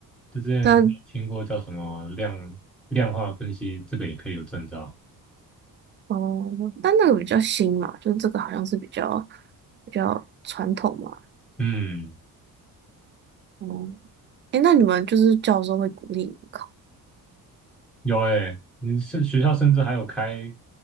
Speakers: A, in the centre; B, on the right.
A: 就之前还听过叫什么量量化分析，
B: 但
A: 这个也可以有证照。
B: 哦，但那个比较新嘛，就是这个好像是比较比较传统嘛。
A: 嗯，
B: 哦，诶，那你们就是教授会鼓励你们考？
A: 有诶、你是学校甚至还有开